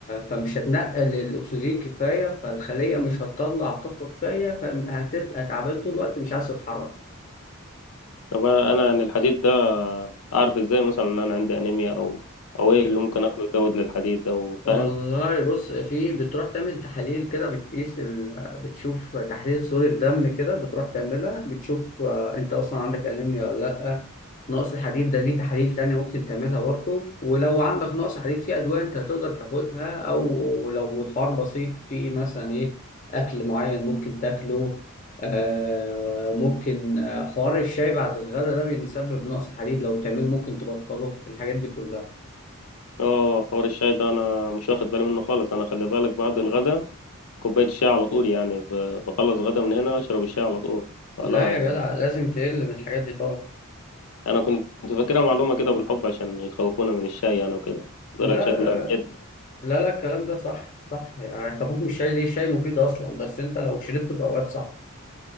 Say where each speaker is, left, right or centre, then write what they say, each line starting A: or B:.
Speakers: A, on the left; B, on the left.
A: فمش هتنقل الأكسجين كفاية فالخلية مش هتطلع طاقة كفاية فهتبقى تعبان طول الوقت مش عايز تتحرك
B: طب انا عن الحديد ده اعرف ازاي مثلا ان انا عندي انيميا او او ايه اللي ممكن اكله يزود للحديد ده
A: والله
B: فاهم
A: بص في بتروح تعمل تحاليل كده بتقيس ال... بتشوف تحليل صورة دم كده بتروح تعملها بتشوف آه، انت اصلا عندك انيميا ولا لا نقص الحديد ده ليه تحاليل تانية ممكن تعملها برضه ولو عندك نقص حديد في ادوية انت تقدر تاخدها او لو الحوار بسيط في مثلا ايه اكل معين ممكن تاكله آه ممكن آه، حوار الشاي بعد الغداء ده بيسبب نقص حديد لو بتعمله ممكن تبطله الحاجات دي كلها
B: اه حوار الشاي ده انا مش واخد بالي منه خالص انا خلي بالك بعد الغدا كوبايه الشاي على طول يعني ب- بخلص غدا من هنا اشرب الشاي على طول فلا
A: لا يا
B: يعني
A: جدع لازم تقل من الحاجات دي طبعا
B: انا كنت فاكرها معلومه كده بالحب عشان يخوفونا من الشاي يعني وكده طلعت
A: لا
B: شكلها
A: لا
B: بجد
A: لا لا الكلام ده صح صح يعني خفوف مش شاي ليه الشاي مفيد اصلا بس انت لو شربته في اوقات صح